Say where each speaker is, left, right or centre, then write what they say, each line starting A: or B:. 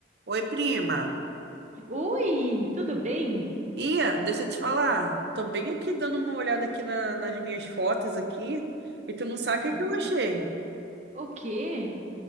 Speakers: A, on the right (about 60°); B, on the right (about 40°).
A: Oi, prima.
B: Oi, tudo bem?
A: Ia, deixa eu te falar. Tô bem aqui dando uma olhada aqui na- nas minhas fotos aqui. E tu não sabe
B: Ah,
A: o que que eu achei.
B: o quê?